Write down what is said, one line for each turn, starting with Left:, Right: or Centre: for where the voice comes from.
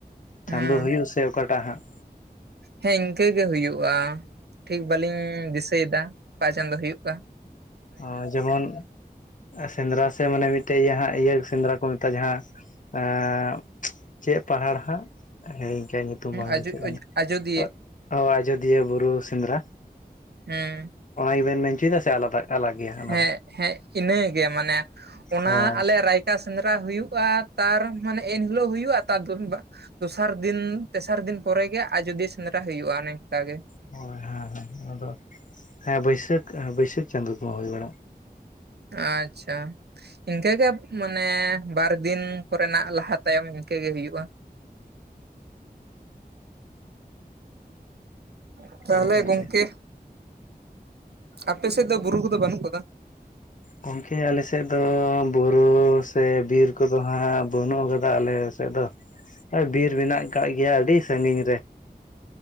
Right: ᱦᱮᱸ
Left: ᱪᱟᱸᱫᱳ ᱦᱩᱭᱩᱜ ᱥᱮ ᱚᱠᱟᱴᱟᱜ ᱦᱟᱸᱜ
Right: ᱦᱮᱸ ᱤᱱᱠᱟᱹ ᱜᱮ ᱦᱩᱭᱩᱜ-ᱟ ᱴᱷᱤᱠ ᱵᱟᱹᱞᱤᱧ ᱫᱤᱥᱟ. ᱭᱫᱟ ᱚᱠᱟ ᱪᱟᱹᱫᱳ ᱦᱩᱭᱩᱜ-ᱟ
Left: ᱚ ᱡᱮᱢᱚᱱ ᱥᱮᱸᱫᱮᱨᱟ ᱥᱮ ᱢᱟᱱᱮ ᱢᱤᱫᱴᱮᱡ ᱤᱭᱟᱹ ᱦᱟᱸᱜ ᱤᱭᱟᱹ ᱥᱮᱸᱫᱨᱟ ᱠᱚ ᱢᱮᱛᱟᱜ-ᱟ ᱡᱟᱦᱟᱸ ᱮᱸ ᱪᱮᱫ ᱯᱟᱦᱟᱲ ᱦᱟᱸᱜ ᱦᱤᱲᱤᱧ ᱠᱟᱜᱟ. ᱧ ᱧᱩ ᱧᱩᱛᱩᱢ ᱵᱟᱝ
Right: ᱟᱡᱚ
Left: ᱫᱤᱥᱟ. ᱜ
Right: ᱟᱡᱚᱫᱤᱭᱟᱹ
Left: ᱠᱟᱱᱟ ᱚ ᱟᱡᱚᱫᱤᱭᱟᱹ ᱵᱩᱨᱩ ᱥᱮᱸᱫᱨᱟ
Right: ᱦᱮᱸ
Left: ᱚᱱᱟ ᱜᱮᱵᱮᱱ ᱢᱮᱱᱪᱚᱭᱮᱫᱟ ᱥᱮ ᱟᱞᱟᱫᱟ ᱟᱞᱟᱜ ᱜᱮᱭᱟ ᱚᱱᱟ
Right: ᱦᱮᱸ
Left: ᱫᱚ
Right: ᱦᱮᱸ ᱤᱱᱟᱹᱜᱮ ᱢᱟᱱᱮ ᱚᱱᱟ
Left: ᱦᱳᱭ
Right: ᱟᱞᱮ ᱨᱟᱭ ᱟᱨ ᱥᱮᱸᱫᱽᱨᱟ ᱦᱩᱭᱩᱜᱼᱟ ᱛᱟᱨ ᱢᱟᱱᱮ ᱮᱱᱦᱤᱞᱳᱜ ᱦᱩᱭᱩᱜᱼᱟ ᱛᱟᱨ <unintelligible> ᱫᱚᱥᱟᱨ ᱫᱤᱱ ᱛᱮᱥᱟᱨ ᱫᱤᱱ ᱯᱚᱨᱮ ᱜᱮ ᱟᱡᱚᱫᱤᱭᱟᱹ ᱥᱮᱸᱫᱨᱟ ᱦᱩᱭᱩᱜ-ᱟ ᱚᱱᱮ ᱚᱱᱠᱟ ᱜᱮ
Left: ᱦᱳᱭ ᱦᱮᱸ ᱦᱮᱸ ᱟᱫᱚ ᱦᱮᱸ ᱵᱟᱹᱭᱥᱟᱹᱠᱷ ᱵᱟᱹᱭᱥᱟᱹᱠᱷ ᱪᱟᱸᱫᱳ ᱠᱚᱢᱟ ᱦᱩᱭ ᱵᱟᱲᱟᱜ-ᱟ
Right: ᱟᱪᱪᱷᱟ᱾ ᱤᱱᱠᱟᱹ ᱜᱮ ᱢᱟᱱᱮ ᱵᱟᱨ ᱫᱤᱱ ᱠᱚᱨᱮᱱᱟᱜ ᱞᱟᱦᱟ ᱛᱟᱭᱚᱢ ᱤᱱᱠᱟᱹ ᱜᱮ ᱦᱩᱭᱩᱜᱼᱟ᱾ <unintelligible> ᱛᱟᱦᱚᱞᱮ
Left: ᱟᱪᱪᱷᱟ ᱟᱪᱪᱷᱟ
Right: ᱜᱚᱢᱠᱮᱼᱼ ᱟᱯᱮ ᱥᱮᱫ ᱫᱚ ᱵᱩᱨᱩ ᱠᱚᱫᱚ ᱵᱟᱹᱱᱩᱜ ᱟᱠᱟᱫᱟ?
Left: ᱜᱚᱢᱠᱮ ᱟᱞᱮ ᱥᱮᱫ ᱫᱚ ᱵᱩᱨᱩ ᱥᱮ ᱵᱤᱨ ᱠᱚᱫᱚ ᱦᱟᱸᱜᱼᱼ ᱵᱟᱹᱱᱩᱜ ᱟᱠᱟᱫᱟ ᱟᱞᱮ ᱥᱮᱫ ᱫᱚ ᱟᱨ ᱵᱤᱨ ᱢᱮᱱᱟᱜ ᱟᱠᱟᱫ ᱜᱮᱭᱟ ᱟᱹᱰᱤ ᱥᱟᱺᱜᱤᱧ ᱨᱮ᱾